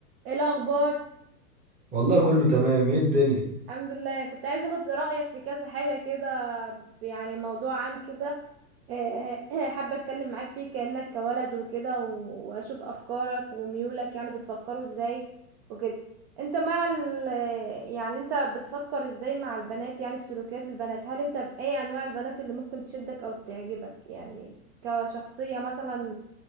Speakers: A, on the right; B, on the right.
A: ايه الاخبار
B: والله كله تمام ايه الدنيا
A: الحمد لله كنت عايزه اخد رايك في كذا حاجه كده يعني موضوع عام كده إيه إيه، حابه اتكلم معاك فيه كانك كولد وكده و- واشوف افكارك وميولك يعني بتفكروا ازاي وكده انت مع ال يعني انت بتفكر ازاي مع البنات يعني في سلوكيات البنات هل انت باي انواع البنات اللي ممكن تشدك او تعجبك يعني كشخصيه مثلا